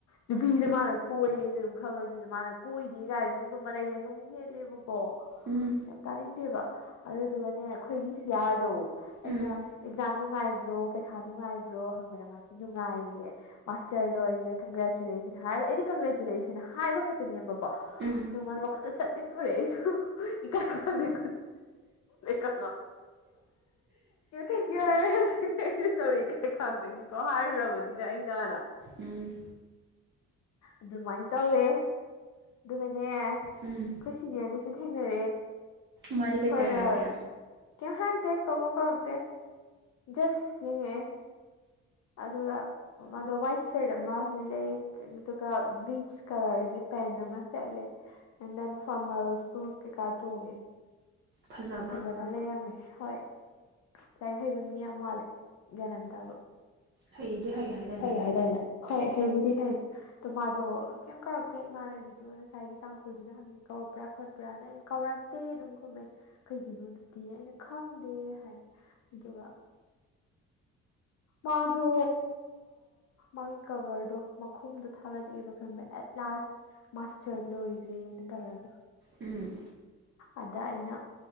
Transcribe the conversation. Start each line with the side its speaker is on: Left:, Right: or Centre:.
Left: ꯅꯨꯄꯤꯁꯦ ꯃꯥꯅ ꯀꯣꯏꯌꯦꯗ ꯑꯗꯨꯝ ꯈꯪꯉꯁꯨꯗ ꯃꯥꯅ ꯀꯣꯏꯗꯦ ꯀꯥꯏꯗ ꯅꯣꯗꯝ ꯃꯅꯩꯒ ꯁꯨꯝ ꯌꯦꯦꯜꯂꯦꯕ ꯑꯣ
Right: ꯎꯝ
Left: ꯌꯥꯝ ꯇꯥꯅꯤꯡꯗꯦꯕ ꯑꯗꯨꯗꯨꯒꯅꯦ ꯑꯩꯈꯣꯏꯒꯤ ꯁꯤꯌꯥꯔꯗꯣ ꯑꯩꯅ
Right: ꯎꯝ
Left: ꯑꯦꯖꯝ ꯅꯨꯡꯉꯥꯏꯕ꯭ꯔꯣ ꯄꯩꯈꯥ ꯅꯨꯡꯉꯥꯏꯕ꯭ꯔꯣ ꯍꯪꯕꯗ ꯃꯥꯁꯦ ꯅꯨꯡꯉꯥꯏꯌꯦ ꯃꯥꯁꯇꯔ ꯂꯣꯏꯔꯦꯒ꯭ꯔꯦ ꯍꯥꯏ ꯑꯩꯗꯤ ꯀꯪꯒ꯭ꯔꯦꯆꯨꯂꯦꯁꯟ ꯍꯥꯏꯕ ꯈꯛꯇꯨꯅꯦꯕꯣ ꯀꯣ
Right: ꯎꯝ
Left: ꯑꯗꯨ ꯨ ꯁꯇꯤꯤꯟ ꯊꯣꯛꯦꯁꯨ ꯀ ꯆ ꯇꯧ ꯀ ꯊꯨ ꯊꯨ ꯇꯧꯔꯤ ꯀꯔꯤ ꯈꯗꯒꯤꯀꯣ ꯍꯥꯏꯔꯨꯔꯕꯅꯤꯅ ꯑꯩꯅꯥꯟꯅ
Right: ꯎꯝ
Left: ꯑꯗꯨꯃꯥꯏꯅ ꯇꯧꯋꯦ ꯕꯦꯟ ꯅꯦ
Right: ꯎꯝ
Left: ꯈꯁꯤꯅꯤ ꯑꯗꯨ ꯁꯤ ꯗꯦ
Right: ꯃꯥꯗꯤ ꯀꯩꯀꯩ
Left: ꯐꯣꯔꯃꯦꯦꯜ
Right: ꯍꯥꯏꯔꯛꯀꯦ
Left: ꯀꯃ ꯍꯥꯏꯔꯒ ꯗ ꯀꯧꯕ ꯀꯧꯔꯛꯇꯦ ꯖꯁ ꯌꯦꯡꯉꯛꯑꯦ ꯑꯗꯨꯒ ꯃꯥꯗ ꯋꯥꯏꯠ ꯁꯔꯠ ꯑꯃ ꯂꯩ ꯑꯗꯨꯒ ꯕ꯭ꯆ ꯀꯂꯔꯒꯤ ꯄꯦꯟ ꯑꯃ ꯁꯦꯠꯂꯦ ꯑꯦꯟ ꯗꯦꯟ ꯐꯔꯃꯦꯜ ꯁꯨꯁ ꯀꯩꯀꯥ ꯇꯣꯡꯉꯦ
Right: ꯐꯖꯕ꯭ꯔꯣ
Left: ꯌꯥꯝ ꯐꯖꯅ ꯂꯩꯔꯝꯃꯦ ꯍꯣꯏ ꯂꯥꯏꯔꯤꯛ ꯍꯩꯕ ꯃꯤ ꯌꯥꯝ ꯃꯥꯜꯂꯦ ꯒ꯭ꯌꯥꯅꯝ ꯇꯥꯕ
Right: ꯍꯩꯗꯤ ꯍꯩ ꯍꯥꯏꯗꯥꯏꯅꯦ
Left: ꯐꯩ ꯍꯥꯏꯅꯦ ꯍꯣꯏ ꯍꯩꯕꯨꯗꯤ ꯍꯩ ꯑꯣ ꯃꯥꯗꯣ ꯀꯩꯝ ꯀꯛ ꯍ ꯏꯃꯥꯟꯅꯕꯤꯗꯣ ꯉꯁꯥꯏꯒꯤ ꯇꯥꯡꯈꯨꯜꯗꯨꯅ ꯍꯪꯉꯦ ꯀꯧꯔꯛꯄ꯭ꯔꯥ ꯈꯣꯠꯄ꯭ꯔꯥꯅ ꯑꯩꯅ ꯀꯧꯔꯛꯇꯦ ꯑꯗꯨꯝ ꯈꯨꯝꯃꯦ ꯀꯩꯒꯤꯅꯣ ꯑꯗꯨꯗꯤ ꯑꯩꯅ ꯈꯪꯗꯦ ꯍꯥꯏ ꯑꯗꯨꯒ ꯃꯥꯗꯣ ꯃꯥꯒꯤ ꯀꯕꯔꯗꯣ ꯃꯈꯣꯨꯝꯗꯣ ꯊꯥꯒꯠꯂꯛꯑꯦꯕ ꯈꯪꯕ ꯑꯦꯠ ꯀ꯭ꯂꯥꯁꯥꯁ ꯃꯥꯁꯇꯔ ꯂꯣ ꯏꯦꯅ ꯇꯧꯔꯒ
Right: ꯎꯝ
Left: ꯑꯗ ꯑꯩꯅ